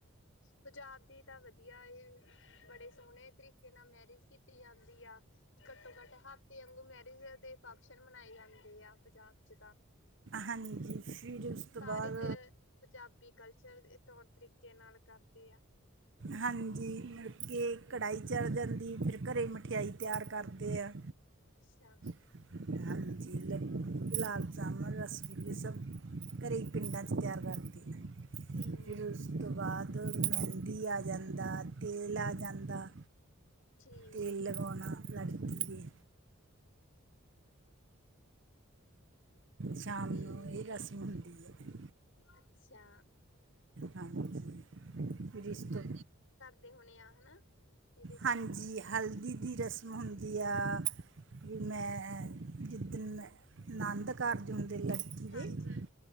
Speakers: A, on the left (about 65°); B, on the right (about 55°).
A: ਪਜਾਬ ਦੀ ਤਾਂ ਵਧੀਆ ਏ ਬੜੇ ਸੋਣੇ ਤਰੀਕੇ ਨਾਲ ਮੈਰਿਜ ਕੀਤੀ ਜਾਂਦੀ ਆ। ਘੱਟੋ-ਘੱਟ ਹਫ਼ਤੇ ਅੰਗੂ ਮੈਰਿਜ ਦੇ ਫੰਕਸ਼ਨ ਮਨਾਏ ਜਾਂਦੇ ਆ ਪੰਜਾਬ ਚ ਤਾਂ।
B: ਹਾਂਜੀ ਫਿਰ ਉਸ
A: ਸਾਰੇ
B: ਤੋਂ ਬਾਅਦ
A: ਤੇ ਪੰਜਾਬੀ ਕਲਚਰ ਏ ਤੌਰ ਤਰੀਕੇ ਨਾਲ ਕਰਦੇ ਆ।
B: ਹਾਂਜੀ ਮਤਲਬ ਕਿ ਕੜਾਈ ਚੜ੍ਹ ਜਾਂਦੀ ਫਿਰ ਘਰੇ ਮਠਿਆਈ ਤਿਆਰ ਕਰਦੇ ਆ।
A: ਅੱਛਾ।
B: <unintelligible> ਹਾਂਜੀ ਲੱਡੂ, ਗੁਲਾਬ ਜਾਮੁਨ, ਰਸਗੁੱਲੇ ਸਭ ਘਰੇ ਈ ਪਿੰਡਾਂ ਚ ਤਿਆਰ ਕਰਦੇ ਨੇ।
A: ਠੀ
B: ਫਿਰ ਉਸ ਤੋਂ ਬਾਅਦ ਮੈਂਅਦੀ ਆ ਜਾਂਦਾ, ਤੇਲ ਆ ਜਾਂਦਾ।
A: ਠੀਕ
B: ਤੇਲ
A: ਹੈ
B: ਲਗਾਉਣਾ ਲੜਕੀ ਕੇ
A: <unintelligible>
B: ਸ਼ਾਮ
A: ਠੀਕ
B: ਨੂੰ ਏਹੀ ਰਸਮ
A: ਹੈ
B: ਹੁੰਦੀ ਐ।
A: ਅੱਛਾ
B: ਹਾਂਜੀ, ਫਿਰ ਇਸ ਤੋਂ
A: ਦੇ ਹੋਣੇ ਆ, ਹਨਾ। ਇਹਦੇ ਚ
B: ਹਾਂਜੀ। ਹਲਦੀ ਦੀ ਰਸਮ ਹੁੰਦੀ ਆ, ਵੀ ਮੈਂ ਜਿੱਦਨ ਮੈਂ ਨੰਦ ਕਾਰਜ ਹੁੰਦੇ ਲੜਕੀ
A: ਹਾਂਜੀ
B: ਦੇ